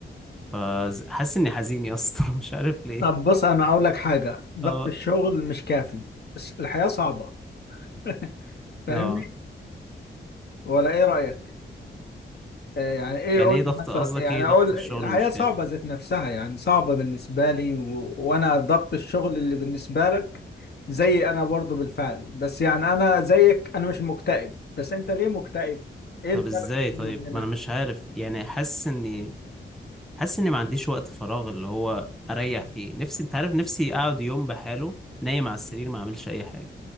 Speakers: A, in the centre; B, on the left.
A: فحاسس اني حزين يا اسطى <laughs> مش عارف ليه
B: طب بص انا اقول لك حاجه ضغط
A: اه
B: الشغل مش كافي بس الحياه صعبه <laughs> فاهمني
A: اه
B: ولا ايه رايك آه يعني ايه
A: يعني
B: قول
A: ايه ضغط
B: لي مثلا
A: قصدك
B: يعني
A: ايه ضغط
B: اقول
A: الشغل
B: الحياه
A: مش
B: صعبه
A: كافي
B: ذات نفسها يعني صعبه بالنسبه لي و... وانا ضغط الشغل اللي بالنسبه لك زي انا برضو بالفعل بس يعني انا زيك انا مش مكتئب بس انت ليه مكتئب ايه الفرق
A: طب ازاي
B: بيني
A: طيب
B: وبينك
A: ما انا مش عارف يعني حاسس اني حاسس اني ما عنديش وقت فراغ اللي هو اريح فيه نفسي انت عارف نفسي اقعد يوم بحاله نايم على السرير ما اعملش اي حاجه